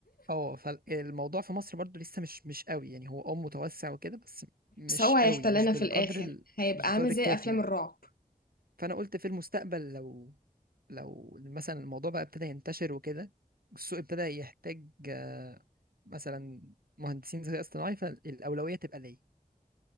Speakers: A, on the right (about 80°); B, on the left (about 80°).
A: اه فالموضوع في مصر برضو لسه مش مش قوي يعني هو اه متوسع وكده بس مش
B: بس هو هيحتلنا
A: قوي مش بالقدر
B: في الاخر
A: ال...
B: هيبقى
A: مش بالقدر
B: عامل
A: الكافي
B: زي افلام
A: يعني
B: الرعب
A: فانا قلت في المستقبل لو لو مثلا الموضوع بقى ابتدى ينتشر وكده والسوق ابتدى يحتاج آه، مثلا مهندسين ذكاء اصطناعي فالاولويه تبقى ليا